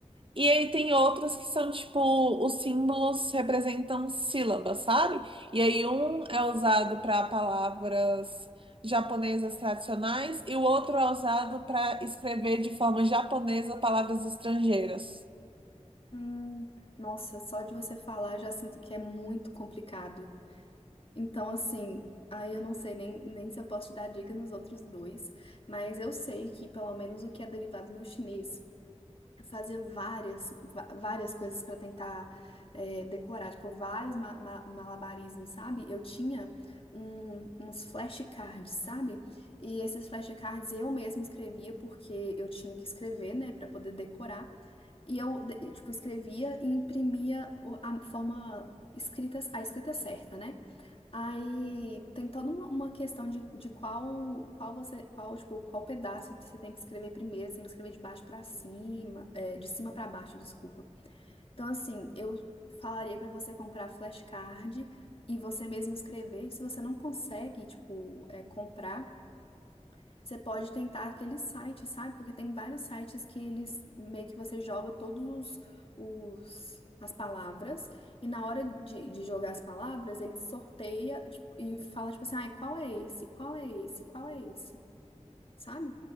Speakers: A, on the right; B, on the left.
A: E aí tem outros que são tipo, os símbolos representam sílabas, sabe? E aí um é usado para palavras japonesas tradicionais e o outro é usado para escrever de forma japonesa palavras estrangeiras.
B: Hum, nossa, só de você falar já sinto que é muito complicado. Então, assim, aí eu não sei nem, nem se eu posso te dar dica nos outros dois, mas eu sei que pelo menos o que é derivado no chinês fazia várias, va- várias coisas para tentar é, decorar, tipo, vários ma- ma- malabarismos, sabe? Eu tinha um- uns flashcards, sabe? E esses flashcards eu mesma escrevia porque eu tinha que escrever, né, para poder decorar. E eu, de- tipo, escrevia e imprimia o- a forma escrita, a escrita certa, né? Aí tem toda uma, uma questão de, de qual qual você qual tipo qual pedaço você tem que escrever primeiro, você tem que escrever de baixo pra cima. É, de cima para baixo, desculpa. Então, assim, eu falaria para você comprar flashcard e você mesmo escrever. Se você não consegue, tipo, é, comprar, você pode tentar aquele site, sabe? Porque tem vários sites que eles meio que você joga todos os, os- as palavras e na hora de, de jogar as palavras, ele sorteia, tipo, e fala, tipo assim, ai, qual é esse? Qual é esse? Qual é esse? Sabe?